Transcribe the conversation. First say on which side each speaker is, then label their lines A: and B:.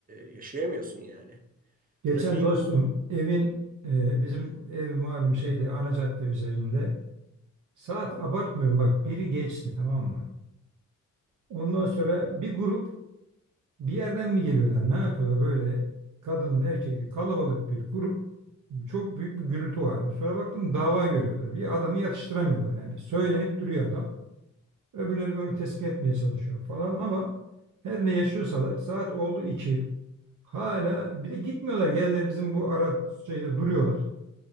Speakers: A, on the right; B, on the right.
A: e, yaşayamıyorsun yani.
B: Geçen
A: Trafiğin
B: dostum
A: uğultusu.
B: evin e, bizim ev malum şeyde ana cadde üzerinde. Saat abartmıyorum bak biri geçti tamam mı? Ondan sonra bir grup bir yerden mi geliyorlar ne yapıyorlar böyle kadın erkekli kalabalık bir grup çok büyük bir gürültü vardı. Sonra baktım dava görüyorlar bir adamı yatıştıramıyorlar yani söylenip duruyor adam. Öbürleri de onu teskin etmeye çalışıyor falan ama her ne yaşıyorsalar saat oldu 2 hala bir de gitmiyorlar geldiler bizim bu ara şeyde duruyorlar.